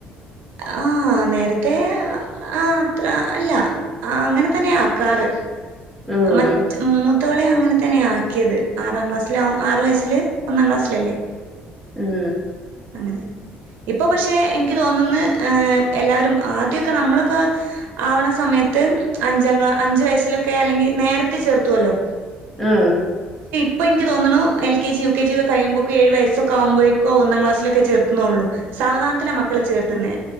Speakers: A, on the right; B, in the centre.
A: ആ നേരത്തെ ആ അത്ര അല്ല ആ അങ്ങനെ തന്നെ ആക്കാറ്.
B: ആഹ്
A: മറ്റ് മു മുത്തവളെ അങ്ങനെ തന്നെയ ആക്കിയത് ആറാം ക്ലാസിൽആറു വയസ്സില് ഒന്നാം ക്ലാസ്സിലല്ലേ
B: ഉം
A: അങ്ങനെ ഇപ്പൊ പക്ഷെ എനിക്ക് തോന്നന്ന് എല്ലാവരും ആദ്യൊക്കെ നമ്മളൊക്കെ ആവണ സമയത്ത് അഞ്ചാം ക്‌ളാ അഞ്ചു വയസ്സിലൊക്കെ അല്ലെങ്കിൽ നേരത്തെ ചേർത്തുവല്ലോ?
B: ഉം
A: ഇപ്പോ എനിക്ക് തോന്നണ് L K G, U K G, ഒക്കെ കഴിയുമ്പഴേക്ക് ഏഴ് വയസൊക്ക ആവുമ്പേഴ്ക്കു ഒന്നാം ക്ലാസ് സ്സിലൊക്കെ ചേർക്കുന്നെള്ളു. സാവധാനത്തിലാമക്കളെ ചേർത്തുന്നേ.